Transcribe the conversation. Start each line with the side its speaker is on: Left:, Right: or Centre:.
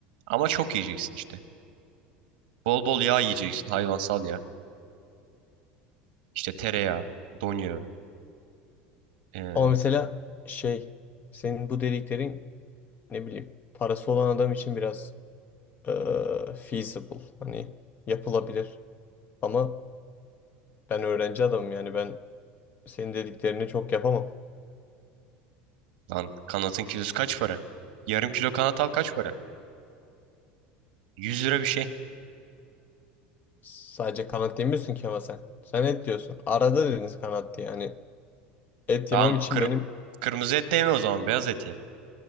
Right: Ama çok yiyeceksin işte. Bol bol yağ yiyeceksin. Hayvansal yağ. İşte tereyağı, don yağı. Ee,
Left: Ama mesela şey senin bu dediklerin ne bileyim parası olan adam için biraz eee, feasible hani yapılabilir. Ama ben öğrenci adamım yani ben senin dediklerini çok yapamam.
Right: lan kanatın kilosu kaç para? Yarım kilo kanat al kaç para? yüz lira bir şey.
Left: Sadece kanat demiyorsun ki ama sen. Sen et diyorsun. Arada dediniz kanat diye yani. Et
Right: Tamam
Left: yemem için
Right: kır
Left: benim
Right: kırmızı et de yeme o zaman beyaz et ye.